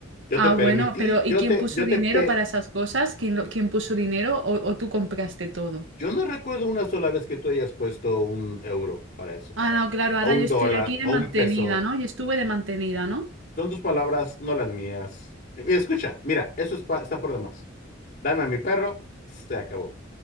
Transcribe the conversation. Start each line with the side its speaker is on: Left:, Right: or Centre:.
Left: Yo
Right: Ah,
Left: te permití,
Right: bueno, pero ¿y
Left: yo
Right: quién
Left: te,
Right: puso
Left: yo
Right: dinero
Left: te, pe-
Right: para esas cosas? ¿Quién, lo- quién puso dinero o o tú compraste todo?
Left: yo no recuerdo una sola vez que tú hayas puesto un euro para eso,
Right: Ah, no, claro,
Left: o
Right: ahora
Left: un
Right: yo estoy
Left: dólar,
Right: aquí de
Left: o
Right: mantenida,
Left: un peso.
Right: ¿no? Yo estuve de mantenida, ¿no?
Left: Son tus palabras, no las mías. Eh, mira, Escucha, mira, eso es pa- está por demás. Dame a mi perro, se acabó.